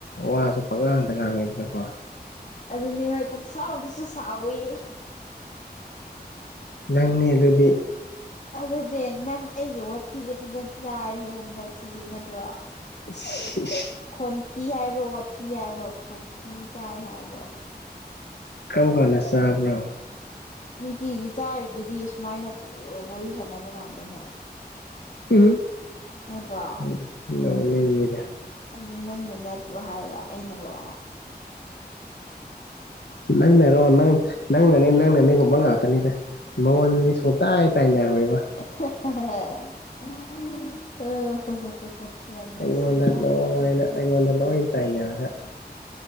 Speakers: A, on the left (about 85°); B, on the left (about 50°).
A: ꯋꯥꯁꯨ ꯄꯪꯉꯥꯡꯗ ꯉꯥꯡꯉꯤꯗꯅꯀꯣ
B: ꯑꯗꯨꯅꯤ ꯍꯣꯏ ꯄꯪꯁꯥꯎꯗꯁꯨ ꯁꯥꯎꯋꯤ
A: ꯅꯪꯅꯦ ꯑꯗꯨꯗꯤ
B: ꯑꯗꯨꯗꯤ ꯅꯪ ꯑꯩꯒꯤ ꯋꯥꯊꯤꯗꯤ ꯐꯖꯅ ꯆꯥꯔꯦꯍꯦ ꯍꯟꯗꯛꯁꯤꯗꯤ ꯅꯠꯇ꯭ꯔꯣ
A: <unintelligible>
B: ꯈꯣꯟꯊꯤ ꯍꯥꯏꯕ꯭ꯔꯣ ꯋꯥꯊꯤ ꯍꯥꯏꯕ꯭ꯔꯣ ꯈꯣꯟꯊꯤ ꯆꯥꯏ ꯍꯥꯏꯕ꯭ꯔꯣ
A: ꯀꯔꯝ ꯀꯥꯟꯗ ꯆꯥꯕ꯭ꯔꯣ
B: ꯅꯨꯡꯇꯤꯒꯤ ꯆꯥꯔꯤꯗꯨꯗꯤ ꯁꯨꯃꯥꯏꯅ ꯋꯥꯔꯤ ꯁꯥꯟꯅꯕ ꯀꯥꯟꯗꯅ
A: ꯑꯩ
B: ꯅꯠꯇ꯭ꯔꯣ
A: ꯅꯣꯛꯅꯤꯡꯉꯤꯗ
B: ꯑꯗꯨ ꯅꯪꯅ ꯅꯠꯇ꯭ꯔꯣ ꯍꯥꯏꯕ ꯑꯩꯅꯔꯣ
A: ꯅꯪꯅꯔꯣ ꯅꯪ ꯅꯪꯅꯅꯦ ꯅꯪꯅꯅꯦꯒꯨꯝꯕ ꯉꯥꯛꯇꯅꯤꯗ ꯃꯉꯣꯟꯗꯗꯤ ꯁꯨꯡꯇꯥꯏ ꯇꯥꯏꯅꯔꯣꯏꯕ
B: <unintelligible> ꯌꯥꯝ ꯅꯨꯡꯁꯤꯗ
A: ꯑꯩꯉꯣꯟꯗꯥ ꯂꯣꯏꯅꯥ
B: ꯅꯪꯁꯦ
A: ꯑꯩꯉꯣꯟꯗꯥ ꯂꯣꯏ ꯇꯥꯏꯅꯔꯒ